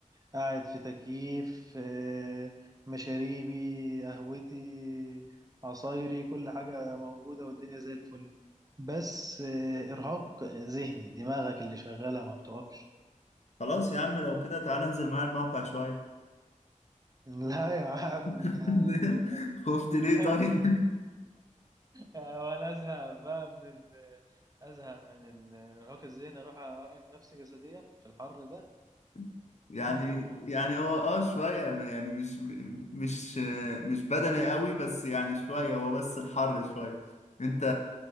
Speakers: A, on the right; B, on the left.
A: قاعد في تكييف آه، مشاريبي قهوتي عصايري كل حاجة موجودة والدنيا زي الفل بس آه، إرهاق ذهني دماغك اللي شغالة ما بتقفش
B: خلاص يا عم لو كده تعالى انزل معايا الموقع شوية
A: لا يا عم
B: <laughs>
A: يا- بقول لك
B: خفت
A: <laughs>
B: ليه طيب
A: ولا ازهق بقى من ال... ازهق من ال- الارهاق الذهني اروح ارهق نفسي جسديا في الحر ده
B: <laughs> يعني
A: لا يا عم عمره
B: يعني هو اه شوية يعني مش مش مش بدني قوي بس يعني شوية هو بس الحر شوية انت